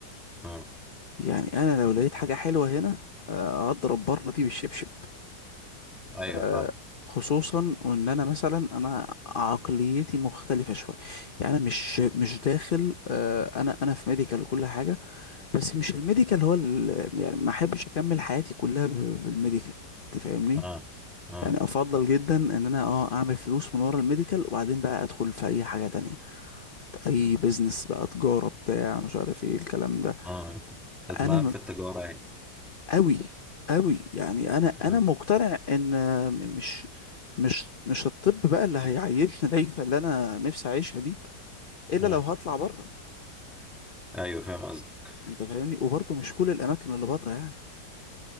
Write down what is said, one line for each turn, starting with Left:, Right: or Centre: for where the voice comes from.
Centre: اه
Left: يعني انا لو لقيت حاجه حلوه هنا آه، اضرب بره دي بالشبشب
Centre: ايوه
Left: آه،
Centre: فاهم
Left: خصوصا وان انا مثلا انا عقليتي مختلفه شويه يعني انا مش مش داخل آه، انا انا في ميديكال وكل حاجه بس مش الميديكال هو ال- يعني ما احبش اكمل حياتي كلها ب- بالميديكال تفهمني
Centre: اه اه
Left: يعني افضل جدا ان انا اه اعمل فلوس من ورا الميديكال وبعدين بقى ادخل في اي حاجه تانية اي بيزنس بقى تجاره بتاع مش عارف ايه الكلام ده
Centre: اه ده دماغك
Left: انا م-
Centre: في التجارة يعني
Left: قوي قوي يعني انا انا
Centre: اه
Left: مقتنع ان م- مش مش مش الطب بقى اللي هيعيشني العيشه اللي انا نفسي اعيشها دي الا
Centre: آه.
Left: لو هطلع بره
Centre: ايوه فاهم قصدك
Left: انت فاهمني وبرضه مش كل الاماكن اللي بره يعني